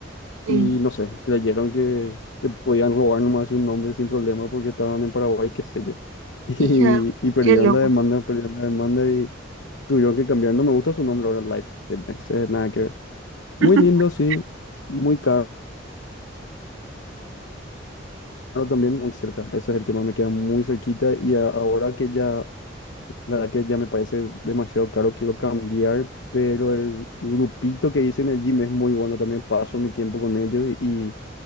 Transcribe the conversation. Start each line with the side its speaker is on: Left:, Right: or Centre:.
Right: Sí,
Left: y no sé, creyeron que, que podían robar nomás un nombre sin problema porque estaban en Paraguay, qué sé yo. <laughs> Y,
Right: hija,
Left: y perdieron
Right: qué loco.
Left: la demanda, perdieron la demanda y tuvieron que cambiar. No me gusta su nombre ahora, Life Fitness, eh, nada que ver. Muy
Right: <laughs>
Left: lindo, sí. Muy caro también, muy cerca. Ese es el tema, me queda muy cerquita y a- ahora que ya, la verdad que ya me parece demasiado caro, quiero cambiar, pero el grupito que hice en el gym es muy bueno, también paso mi tiempo con ellos y, y